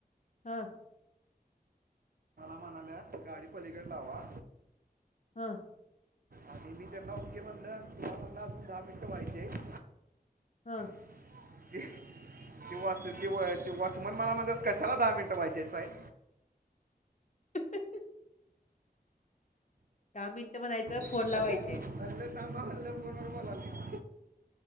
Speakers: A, on the left; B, on the right.
A: हा.
B: <inaudible> म्हणाल्यात गाडी पलीकड लावा.
A: हा.
B: आणि मी त्यांना ओके म्हणलं <inaudible> आणि तुला म्हणलं अजून दहा मिनटं व्हायचीयत.
A: हा.
B: <unintelligible> ते. <inaudible> <inaudible> किं वाच कं- वाॅचमन मला म्हणतात कशाला दहा मिनिटं व्हायच्यात साहेब
A: <inaudible> धा मिनिटं म्हणायचं
B: <inaudible>
A: फोन लावायचे
B: मल् -मल्ह
A: आहेत.
B: थांबा मल्ह फोनवर बोलालोय <inaudible>